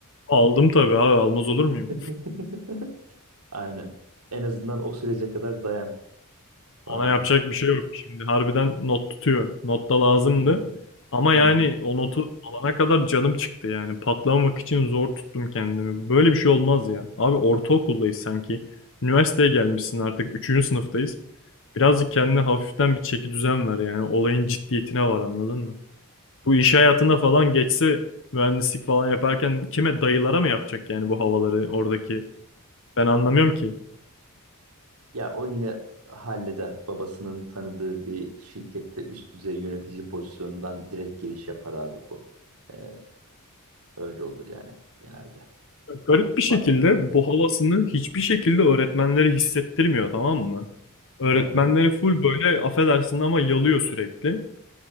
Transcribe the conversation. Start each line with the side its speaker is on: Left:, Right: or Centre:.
Left: Aldım tabii abi almaz olur muyum?
Right: <laughs> Aynen. En azından o sürece kadar dayan.
Left: Ona
Right: Aa.
Left: yapacak bir şey yok. Şimdi harbiden not tutuyor. Not da lazımdı.
Right: Hı
Left: Ama
Right: hı.
Left: yani
Right: Hı
Left: o notu alana kadar canım çıktı yani. Patlamamak için zor tuttum kendimi. Böyle bir şey olmaz ya. Abi ortaokuldayız sanki. Üniversiteye gelmişsin artık. Üçüncü sınıftayız. Birazcık kendine hafiften bir çeki düzen ver yani. Olayın ciddiyetine var anladın mı?
Right: hı.
Left: Bu iş hayatına falan geçse mühendislik falan yaparken kime dayılara mı yapacak yani bu havaları oradaki? Ben anlamıyorum ki.
Right: Ya o yine halleder. Babasının tanıdığı bir şirkette üst düzey yönetici pozisyonundan direkt giriş yapar abi bu. Ee, öyle olur yani genelde.
Left: Garip bir şekilde
Right: Bak.
Left: bu havasını hiçbir şekilde öğretmenleri hissettirmiyor tamam mı? Öğretmenleri
Right: Hı hı.
Left: full böyle affedersin ama yalıyor sürekli.